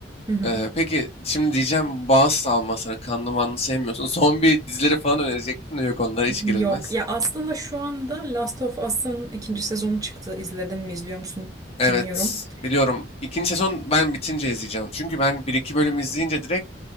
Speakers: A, on the right; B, on the left.
A: Hı hı.
B: Ee, peki şimdi diyeceğim bağız salma sana kanlı manlı sevmiyorsun. <laughs> Zombi dizileri falan önerecektim de yok onlara hiç
A: Yok.
B: girilmez.
A: Ya aslında şu anda Last of Us'ın ikinci sezonu çıktı. İzledin mi, izliyor musun?
B: Evet
A: Bilmiyorum.
B: biliyorum. İkinci sezon ben bitince izleyeceğim. Çünkü ben bir iki bölüm izleyince direkt